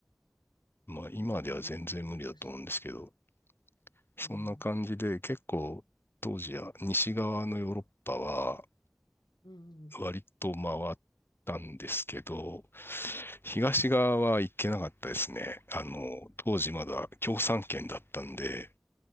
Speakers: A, on the left (about 30°); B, on the left (about 80°).
A: まあ今では全然無理だと思うんですけど、
B: えー、いいですね。
A: そんな感じで結構当時は西側のヨーロッパは
B: うん。うん、<laughs> うん。
A: 割と回ったんですけど、東側は行けなかったですね。あの、当時まだ共産圏だったんで、